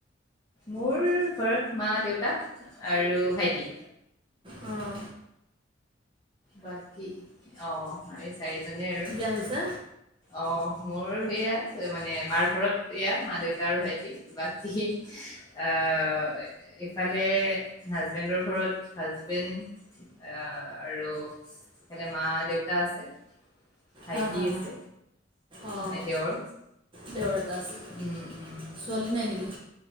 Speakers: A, on the left; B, on the right.
A: মোৰ ঘৰত মা, দেউতা আৰু ভাইটি।
B: অহ।
A: বাকী, অহ' আমি চাৰিজনেই আৰু।
B: বিয়া হৈছে
A: অ' মোৰ সেয়া মানে মাৰ ঘৰত এয়া মা-দেউতা আৰু ভাইটি। বাকী, আহ' এফালে হাজবেণ্ডৰ ঘৰত হাজবেণ্ড আহ আৰু সেফালে মা-দেউতা আছে। ভাইটি
B: হাঁ, হাঁ,
A: আছে
B: অঁ
A: মানে দেওৰ
B: দেওৰ এটা আছে।
A: উম উম
B: ছোৱালী নাই নেকি?